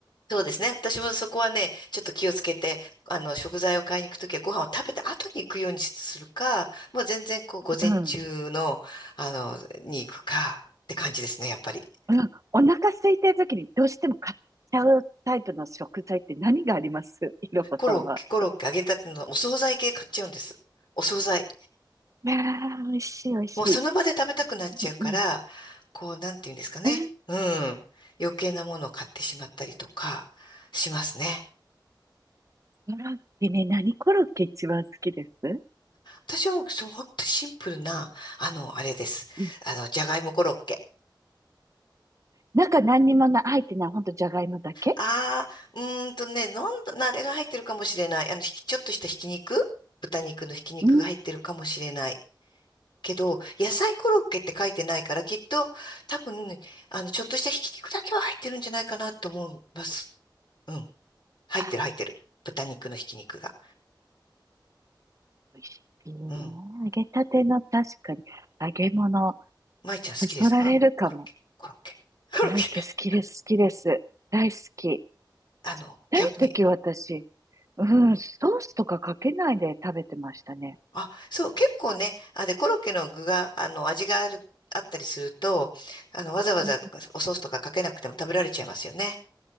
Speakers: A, on the left (about 70°); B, on the right (about 40°).
A: そうですね。私もそこはね、ちょっと気をつけて、あの、食材を買いに行くときはご飯を食べた後に行くようにするか、もう全然こう、午前中の、
B: すうか。
A: あの、に行くかって感じですね、やっぱり。
B: うん、お腹空いてる時にどうしても買っちゃうタイプの食材って何がありますいろは
A: コロッケ、
B: <laughs> さんは。
A: コロッケ、揚げたてのお惣菜系買っちゃうんです。お惣菜。
B: いやー、美味しい美味しい。
A: もうその場で食べたくなっちゃうから、
B: うんうん。
A: こう、なんて言うんですかね。
B: うん
A: うん。余計なものを買ってしまったりとか、しますね。
B: コロッケね、何コロッケ一番好きです
A: 私はもう、そう、本当にシンプルな、あの、あれです。
B: うん。
A: あの、じゃがいもコロッケ。
B: 中何にもな、入ってない、ほんとじゃがいもだけ
A: ああ、うーんとね、なんだ、なあれが入ってるかもしれない。あの、ひきちょっとしたひき肉豚肉のひき肉が入ってるかもしれない。
B: うん。
A: けど、野菜コロッケって書いてないから、きっと、多分、あの、ちょっとしたひき肉だけは入ってるんじゃないかなと思います。うん。入ってる、
B: あ、
A: 入ってる。豚肉のひき肉が。
B: 美味しいね。
A: うん。
B: 揚げたての確かに、揚げ物、
A: 舞ちゃん好きですかコロッケ、
B: そそられるかも。
A: コロッケ、コロッケ。
B: コロッケ好きです、
A: <laughs>
B: 好きです。大好き。
A: あの、逆に。
B: 大時私、うん、ソースとかかけないで食べてましたね。
A: あ、そう、結構ね、あでコロッケの具が、あの、味がある、あったりすると、あの、わざわざおソースとかかけなくても食べられちゃいますよね。
B: う